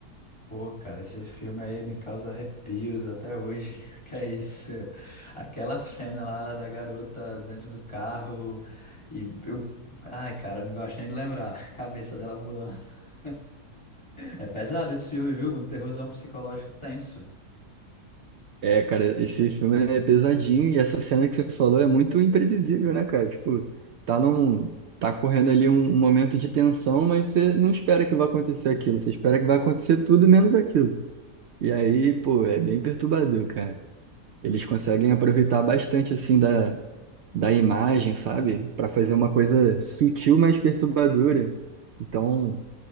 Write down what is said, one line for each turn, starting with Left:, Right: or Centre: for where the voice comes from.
Left: Pô, cara, esse filme aí me causa arrepios até hoje. <laughs> Que é isso? Aquela cena lá da garota dentro do carro e eu. Ai, cara, não gosto nem de lembrar. <laughs> Cabeça dela voando. <laughs> É pesado esse filme, viu? Um terrorzão psicológico tenso.
Right: É, cara, esse filme é pesadinho e essa cena que você falou é muito imprevisível, né, cara? Tipo, tá num, tá correndo ali um, um momento de tensão, mas você não espera que vai acontecer aquilo, você espera que vai acontecer tudo menos aquilo. E aí, pô, é bem perturbador, cara. Eles conseguem aproveitar bastante assim da, da imagem, sabe? Pra fazer uma coisa sutil, mas perturbadora. Então,